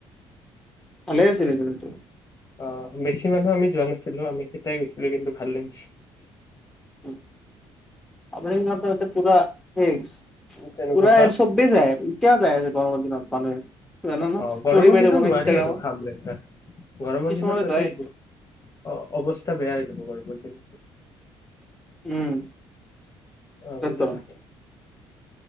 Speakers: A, in the centre; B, on the left.
A: ভালে আছিলে কিন্তু তোৰ
B: অহ', বেছি মানুহ আমি যোৱা নাছিলো আমি কেইটাই গৈছিলো কিন্তু ভাল লাগিছে।
A: উম ', আপ পোৰা সেই
B: তেনেকুৱা
A: পোৰা
B: হা
A: ছবে জাই এতিয়াও জাই গৰমৰ দিনত মানুহে। জানা ন
B: অহ',
A: ষ্টৰি
B: গৰমৰ
A: পাই
B: দিনত
A: থাকো ন
B: নোৱাৰি
A: ইনষ্টাগ্ৰামত
B: আৰু খামৰঙা, গৰমৰ
A: কিছুমানে
B: দিনত তাতে
A: যায়
B: অহ', অৱস্থা বেয়া হৈ যাব গৰমত <inaudible>
A: উম',
B: অহ
A: তাত
B: ', দি
A: তৰম
B: ভাত